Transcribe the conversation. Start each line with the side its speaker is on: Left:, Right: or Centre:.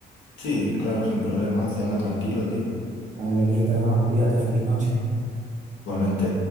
Left: sí, claro, sin problema, cena tranquilo, tío.
Right: Vale, listo, hermano, cuídate, feliz noche.
Left: Igualmente.